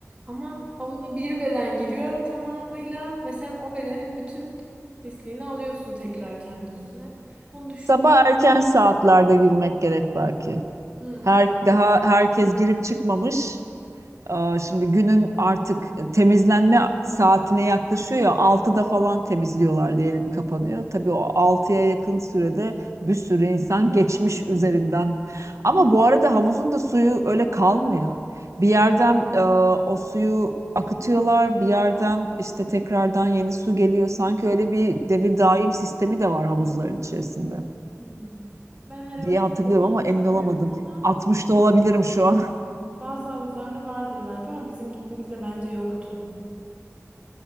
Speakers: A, on the right; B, on the right.
A: Ama havuza bir beden giriyor tamamıyla ve sen o bedenin bütün pisliğini alıyorsun tekrar kendi üstüne. Onu düşün.
B: Sabah erken saatlerde girmek gerek belki.
A: Hmm.
B: Her daha herkes girip çıkmamış. Aa, Şimdi günün artık temizlenme saatine yaklaşıyor ya 6'da falan temizliyorlar diyelim kapanıyor. Tabii o altıya yakın sürede bir sürü insan geçmiş üzerinden. Ama bu arada havuzun da suyu öyle kalmıyor. Bir yerden e, o suyu akıtıyorlar, bir yerden işte tekrardan yeni su geliyor. Sanki öyle bir devir daim sistemi de var havuzların içerisinde
A: Hmm. Ben her havuzda
B: diye hatırlıyorum
A: olduğunu
B: ama
A: düşünmüyorum
B: emin olamadım.
A: ama
B: altmış da olabilirim şu an.
A: bazı havuzlarda vardır belki ama bizim gittiğimizde bence yoktu.